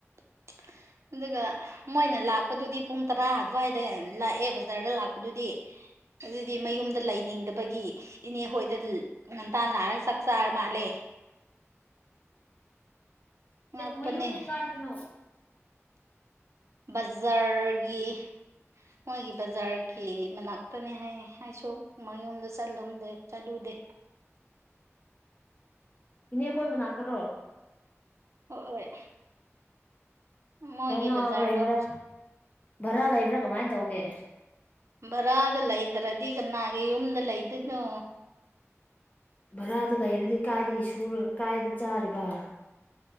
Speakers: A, on the right; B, on the left.
A: <inaudible> <unintelligible> ꯑꯗꯨꯒ ꯃꯣꯏꯅ ꯂꯥꯛꯄꯗꯨꯗꯤ ꯄꯨꯡ ꯇꯔꯥ ꯑꯗꯨꯋꯥꯏꯗ ꯂꯥꯛꯑꯦ ꯕꯖꯥꯔꯗ ꯂꯥꯛꯄ ꯑꯗꯨꯗꯤ ꯑꯗꯨꯗꯤ ꯃꯌꯨꯝꯗ ꯂꯩꯅꯤꯡꯗꯕꯒꯤ ꯏꯅꯦ ꯍꯣꯏꯗ ꯉꯟꯇꯥꯅꯥ ꯂꯥꯛꯔꯒ ꯆꯥꯛ ꯆꯥꯔ ꯃꯥꯜꯂꯦ ꯉꯛꯄꯅꯦ
B: ꯃꯌꯨꯝꯗꯤ ꯀꯥꯏꯗꯅꯣ
A: ꯕꯖꯥꯔꯒꯤ ꯃꯣꯏꯒꯤ ꯕꯖꯥꯔꯒꯤ ꯃꯅꯥꯛꯇꯅꯦ ꯍꯥꯏꯌꯦ ꯍꯥꯏꯁꯨ ꯃꯌꯨꯝꯗꯣ ꯆꯠꯂꯝꯗꯦ ꯆꯠꯂꯨꯗꯦ
B: ꯏꯅꯦ ꯈꯣꯏ ꯃꯅꯥꯛꯇꯔꯣ
A: ꯍꯣꯏ ꯍꯣꯏ ꯃꯣꯏꯒꯤ
B: ꯀꯩꯅꯣ
A: ꯕꯖꯥꯔꯗꯣ
B: ꯂꯩꯕ꯭ꯔꯥ ꯚꯔꯥ ꯂꯩꯕ꯭ꯔꯥ ꯀꯃꯥꯏꯅ ꯇꯧꯒꯦ
A: ꯚꯔꯥꯗ ꯂꯩꯇꯔꯗꯤ ꯀꯅꯥꯒꯤ ꯌꯨꯝꯗ ꯂꯩꯗꯣꯏꯅꯣ
B: ꯚꯔꯥꯗ ꯂꯩꯔꯗꯤ ꯀꯥꯏꯗꯒꯤ ꯁꯨꯔꯒ ꯀꯥꯏꯗꯒꯤ ꯆꯥꯔꯤꯕ